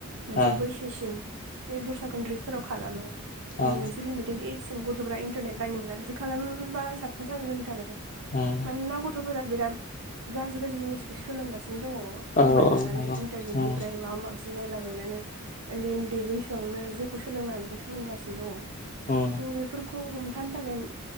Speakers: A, on the right; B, on the left.
A: मोनसे
B: ओ
A: बैसोसिम। बे दस्रा कन्ट्रिसफोराव खालामो। कि
B: ओ
A: मोनसे लिमिटेद एज- गथ'फ्रा इन्टारनेट बायनो मोना बिदि खालाममोनबा साबसिन जागौ, जोंनि थाखाय।
B: उम
A: मानोना गथ'फोरा बिराद गाज्रि गाज्रि जिनिसखौ सोलोंगा दङ,
B: औ
A: मबाइल
B: औ
A: लानानै
B: नंगौ
A: इन्टारनेटनिफ्राय
B: उम
A: माबा-माबि नायलाबायनानै उन्दै उन्दै बैसोआवनो जेखौ सोलोंना बेखौ सोलोंगासिनो दङ।
B: उम
A: स' बेफोर खौ हमथानो थाखाय